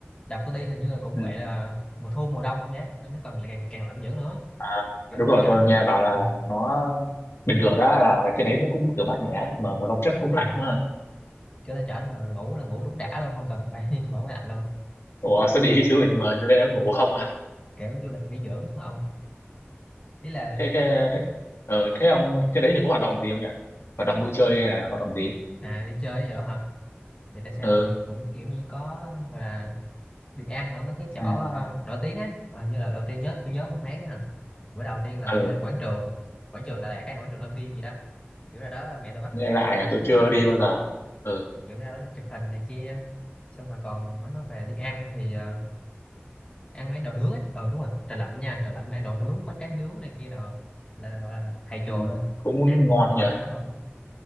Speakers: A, on the left; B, on the left.
A: đợt tôi đi hình như là cũng
B: ừ.
A: vậy là mùa thu mùa đông nhé nên nó còn lại càng càng lạnh dữ nữa
B: À,
A: kiểu
B: đúng
A: lên
B: rồi
A: trển
B: tôi nghe bảo là
A: ừ,
B: nó bình thường đó là trên đấy nó cũng kiểu mát mẻ mà mùa đông chắc
A: đúng
B: cũng
A: rồi
B: lạnh mà
A: kiểu lên trển mà ngủ là ngủ đúng đã luôn không cần phải <laughs> mở máy lạnh luôn
B: ủa sao đi <laughs> du lịch mà lẽ ngủ không à
A: kiểu du lịch nghỉ dưỡng mà ông ý là
B: thế thế thế, ừ, thế ông trên đấy thì có hoạt động gì không nhỉ hoạt động vui chơi hay là hoạt động gì
A: à đi chơi vậy đó hả thì để xem
B: ừ
A: thì cũng kiểu như có gọi là đi ăn ở mấy cái chỗ
B: ừ
A: ờ, nổi tiếng á mà như là đầu tiên nhớ tôi nhớ mang máng nha bữa đầu tiên là
B: ừ
A: đi lên quảng trường quảng trường Đà Lạt cái quảng trường Lâm Viên gì đó kiểu ra đó mẹ tôi bắt
B: nghe
A: tôi
B: lại
A: chụp hình
B: là tôi chưa đi bao giờ ừ,
A: kiểu ra đó chụp hình này kia xong rồi còn mới nói về đi ăn thì ờ, ăn mấy đồ nướng ấy ờ đúng rồi trời lạnh nha trời lạnh mà ăn đồ nướng bánh tráng nướng này kia đồ là gọi là thầy
B: ừ.
A: chùa luôn
B: cũng
A: ăn
B: ngon
A: bao
B: nhỉ
A: đã luôn